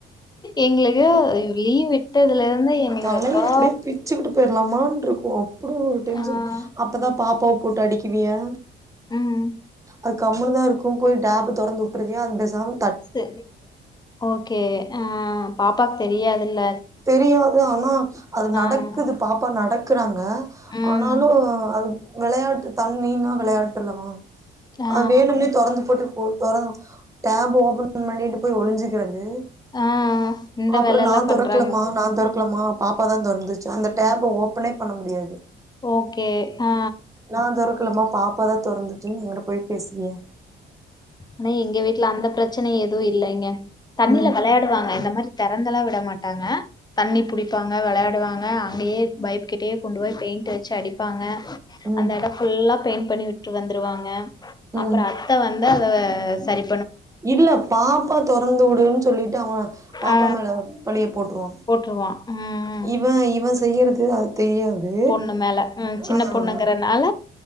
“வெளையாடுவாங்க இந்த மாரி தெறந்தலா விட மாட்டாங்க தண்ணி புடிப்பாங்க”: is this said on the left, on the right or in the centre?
Left